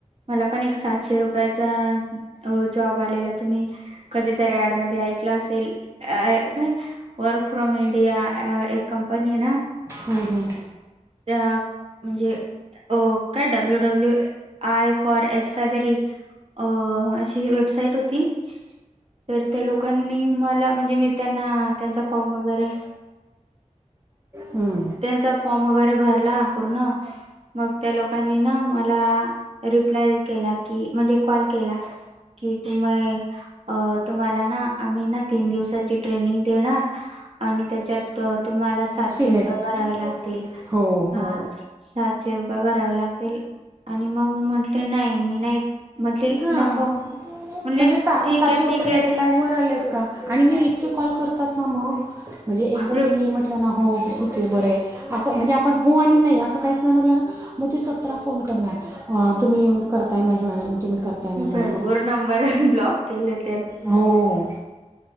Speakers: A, on the right; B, on the right.
A: मला पण एक सातशे रुपयाचा अ जॉब आलेला तुम्ही कधीतरी ऍड मध्ये ऐकलं असेल अ काय वर्क फ्रॉम इंडिया आ एक कंपनी हे ना.
B: हूं हूं!
A: त्या म्हणजे अ काय W W I for H कायतरी अ अशी वेबसाईट होती. तर त्या लोकांनी मला म्हणजे मी त्यांना त्यांचा फॉर्म वगैरे
B: हूं!
A: त्यांचा फॉर्म वगैरे भरला पूर्ण मग त्या लोकांनी ना मला रिप्लाय केला की म्हणजे कॉल केला. कि तुमही अ तुम्हाला ना आम्ही ना तीन दिवसाची ट्रेनिंग देणार. आणि त्याच्यात त तुम्हाला सातशे
B: सिलेक्ट
A: रुपये भरावे लागतील
B: हो
A: हा.
B: हो
A: सातशे रुपये भरावे लागतील आणि मग म्हंटले नाही मी नाही म्हटले
B: हा
A: नको म्हटले
B: म्हणजे सा
A: ठीक
B: सातशे
A: आहे
B: रुपये
A: ठीक आहे
B: तरी
A: ठीक
B: काय वर आलेत का. आणि ना इतके कॉल करतात ना मग म्हणजे एकदा
A: बापरे
B: तुम्ही म्ह टलं ना हो ठीक हे बरं हे असं म्हणजे आपण हो आणि नाही असं काहीच नाही म्हटलं ना. म ते सतरा फोन करणार अ तुम्ही करताय ना जॉईन. तुम्ही करताय ना
A: मी
B: जॉईन
A: भरपूर
B: मग
A: नंबरन ब्लॉक केलेत.
B: हो